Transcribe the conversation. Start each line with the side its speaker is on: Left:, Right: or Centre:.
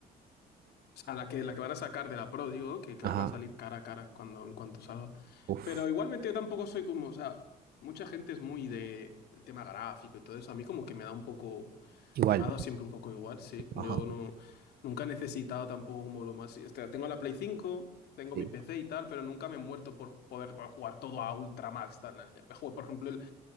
Left: O sea, la que, la que van a sacar de la Pro, digo, que creo
Right: Ajá,
Left: que va a salir cara a cara cuando, en cuanto salga.
Right: uff,
Left: Pero igualmente yo tampoco soy como, o sea, mucha gente es muy de el tema gráfico y todo eso. A mí como que me da un poco,
Right: igual.
Left: me ha dado siempre un poco igual, sí. Yo
Right: Ajá,
Left: no, nunca he necesitado tampoco como lo más... o sea, tengo la Play 5 tengo
Right: sí.
Left: mi PC y tal, pero nunca me he muerto por poder por jugar todo a Ultra Max. Tal, nada, ya. Me juego, por ejemplo, el,